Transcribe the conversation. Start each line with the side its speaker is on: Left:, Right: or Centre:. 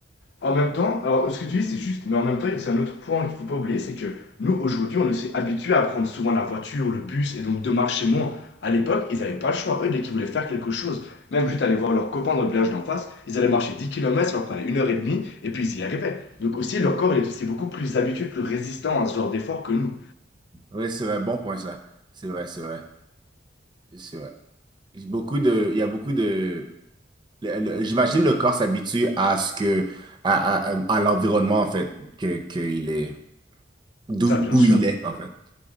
Left: En même temps, alors ce que tu dis, c'est juste, mais en même temps, c'est un autre point qu'il ne faut pas oublier, c'est que nous, aujourd'hui, on s'est habitués à prendre souvent la voiture, le bus, et donc de marcher moins. À l'époque, ils n'avaient pas le choix. Eux, dès qu'ils voulaient faire quelque chose, même juste aller voir leurs copains dans le village d'en face, ils allaient marcher 10 kilomètres, ça leur prenait une heure et demie, et puis ils y arrivaient. Donc aussi, leur corps, il est aussi beaucoup plus habitué, plus résistant à ce genre d'effort que nous.
Right: Ouais, c'est vrai, bon point ça. C'est vrai, c'est vrai, c'est vrai. Beaucoup de, il y a beaucoup de, le- le- j'imagine le corps s'habitue à ce que, à, à- à- à l'environnement, en fait, que, que il est, d'où,
Left: Ça, bien
Right: où
Left: sûr.
Right: il est, en fait.